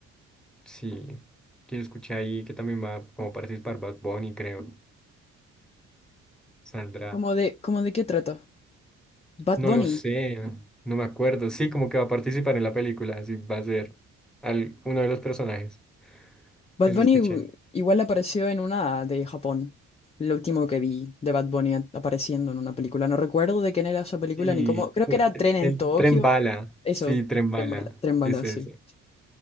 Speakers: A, in the centre; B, on the left (about 20°).
A: Sí. Que escuché ahí que también va como participar Bad Bunny, creo. Saldrá.
B: ¿Cómo de, cómo de qué trata? Bad
A: No
B: Bunny.
A: lo sé, no me acuerdo. Sí, como que va a participar en la película, así va a ser al- uno de los personajes.
B: Bad
A: Eso
B: Bunny
A: escuché.
B: u- igual apareció en una de Japón. Lo último que vi de Bad Bunny a- apareciendo en una película. No recuerdo de quién era esa película
A: Y
B: ni cómo. Creo que era
A: el,
B: Tren en
A: el
B: Tokio.
A: tren bala,
B: o al- Eso,
A: sí, tren bala,
B: Tren Bala, Tren Bala,
A: es ese.
B: sí.